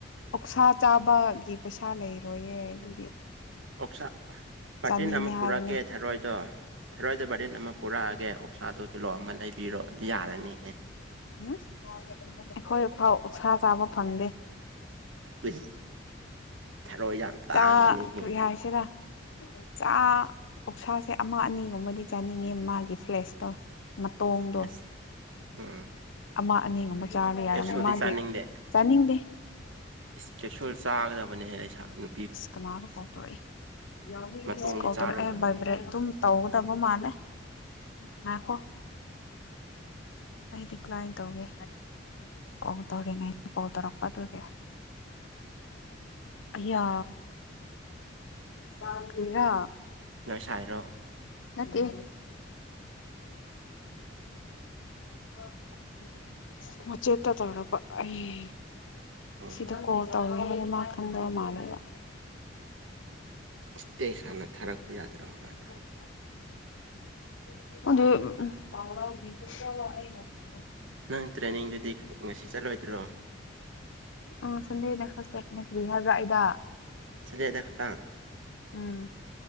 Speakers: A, on the left; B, on the right.
A: ꯑꯣꯛꯁꯥ ꯆꯥꯕꯒꯤ ꯄꯩꯁꯥ ꯂꯩꯔꯣꯏꯌꯦ ꯑꯗꯨꯒꯤ꯫
B: ꯑꯣꯞꯁꯥ ꯄꯥꯔꯇꯤꯟ
A: ꯆꯥꯅꯤꯡꯉꯦ
B: ꯑꯃ
A: ꯍꯥꯏꯕꯅꯦ
B: ꯄꯨꯔꯛꯀꯦ꯫ ꯊꯥꯔꯣꯏꯗꯣ ꯊꯥꯔꯣꯏꯗ ꯕꯇꯤꯟ ꯑꯃ ꯄꯨꯔꯛꯑꯒꯦ ꯑꯣꯛꯁꯥꯗꯣ ꯀꯤꯂꯣ ꯑꯃ ꯂꯩꯕꯤꯔꯣ ꯑꯗꯨ ꯌꯥꯔꯅꯤꯍꯦ꯫
A: ꯎꯝ ꯑꯩꯈꯣꯏ ꯐꯥꯎ ꯑꯣꯛꯁꯥ ꯆꯥꯕ ꯐꯪꯗꯦ꯫
B: <unintelligible> ꯊꯔꯣꯏ ꯌꯥꯝ ꯇꯥꯡꯕꯅꯤꯍꯦ
A: ꯇꯥ ꯀꯔꯤ ꯍꯥꯏꯁꯤꯔ꯫ ꯆꯥ ꯑꯣꯛꯁꯥꯁꯦ ꯑꯃ ꯑꯅꯤꯒꯨꯝꯕꯗꯤ ꯆꯥꯅꯤꯡꯉꯦ ꯃꯥꯒꯤ ꯐ꯭ꯂꯦꯁꯇꯣ꯫ ꯃꯇꯣꯡꯗꯣ
B: ꯑꯁ ꯎꯝ
A: ꯑꯃ ꯑꯅꯤ ꯒꯨꯝꯕ꯫ ꯆꯥꯒꯦ ꯌꯥꯔꯝ
B: ꯀꯦꯞꯁꯨꯜꯗꯤ
A: ꯃꯥꯒꯤ
B: ꯆꯥꯅꯤꯡꯗꯦ
A: ꯆꯥꯅꯤꯡꯗꯦ꯫
B: ꯏꯁ ꯀꯦꯞꯁꯨꯜ ꯆꯥꯒꯗꯕꯅꯦ ꯑꯩ ꯏꯁꯥ ꯅꯨ
A: ꯑꯁ ꯀꯅꯥꯅꯣ ꯀꯣꯜ ꯇꯧꯔꯛ ꯑꯦ
B: ꯃꯇꯣꯡꯗꯤ
A: ꯑꯁ ꯀꯣꯜ
B: ꯆꯥꯔꯣꯏꯗꯕꯅꯤꯍꯦ
A: ꯇꯧꯔꯛꯑꯦ ꯕꯥꯏꯕ꯭ꯔꯦꯠ ꯑꯗꯨꯝ ꯇꯧꯒꯗꯕ ꯃꯥꯜꯂꯦ ꯉꯥꯢꯈꯣ꯫ ꯑꯩ ꯗꯤꯀ꯭ꯂꯥꯏꯟ ꯇꯧꯒꯦ ꯀꯣꯜ ꯇꯧꯔꯤꯉꯩꯩꯅ ꯀꯣꯜ ꯇꯧꯔꯛꯄ ꯑꯗꯨꯒꯤ꯫ ꯑꯌꯥ ꯀꯔꯤꯔ꯫
B: ꯅꯣꯏ ꯁꯥꯏꯔꯣ?
A: ꯅꯠꯇꯦ꯫ <unintelligible> ꯋꯥꯆꯦꯠꯇ ꯇꯧꯔꯛꯄ ꯑꯩ
B: ꯎꯝ
A: ꯁꯤꯗ ꯀꯣꯜ ꯇꯧꯔꯤꯌꯦ ꯍꯥꯢꯕ ꯃꯥ ꯈꯪꯗꯕ ꯃꯜꯂꯦꯕ
B: <unintelligible> ꯇꯦꯛꯁ ꯍꯥꯟꯅ ꯊꯥꯔꯛꯄ ꯌꯥꯗ꯭ꯔꯣ ꯃꯗꯣ?
A: <unintelligible>
B: ꯅꯪ ꯇ꯭ꯔꯦꯟꯅꯤꯡꯗꯨꯗꯤ ꯉꯁꯤ ꯆꯠꯂꯣꯏꯗ꯭ꯔꯣ?
A: ꯑꯥ ꯁꯟꯗꯦ ꯗꯥ ꯈꯛ ꯆꯠꯄꯅꯦ꯫ ꯀ꯭ꯔꯤ ꯍꯥꯏꯕ꯭ꯔꯥ ꯑꯩꯗ?
B: ꯁꯟꯗꯦꯗ ꯈꯛꯇꯥꯡ?
A: ꯎꯝ